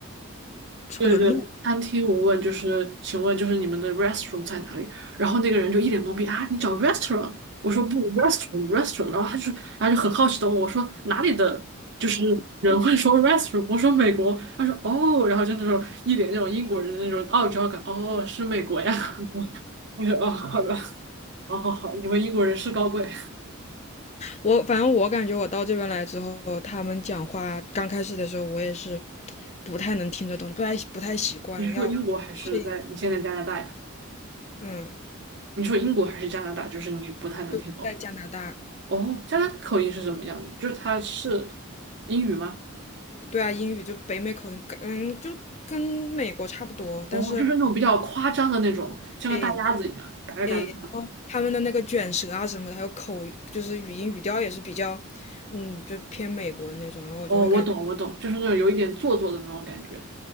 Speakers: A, on the right (about 55°); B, on the left (about 30°).
A: 对对对餐厅，
B: 或者路，
A: 我问就是请问就是你们的 r e s t a u r a n t 在哪里？然后那个人就一脸懵逼啊，你找 restaurant？我说不 r e s t a u r a n t r e s t a u r a n t 然后他就然后就很好奇的问我说哪里的就是人会说 r e s t a u r a n t 我说美国，他说哦，然后就那种一脸那种英国人的那种傲娇感，哦是美国呀，<laughs> 我说哦好的，好好好，你们英国人是高贵，
B: 我反正我感觉我到这边来之后，他们讲话刚开始的时候，我也是不太能听得懂，不太不太习惯，
A: 你是说英国还是在你现在加拿大呀？
B: 要适应。嗯，
A: 你说英国还是加拿大？就是你不太能听懂。
B: 就在加拿大。
A: 哦，加拿大口音是什么样的？就是它是英语吗？
B: 对啊，英语就北美口音，嗯，就跟美国差不多，但是
A: 哦，就是那种比较夸张的那种，像个大鸭子一样，
B: 诶
A: 嘎嘎嘎的那种。
B: 诶，然后他们的那个卷舌啊什么的，还有口，就是语音语调也是比较，嗯，就偏美国那种，然后我就会感
A: 哦，我懂，我懂，就是那种有一点做作的那种感觉。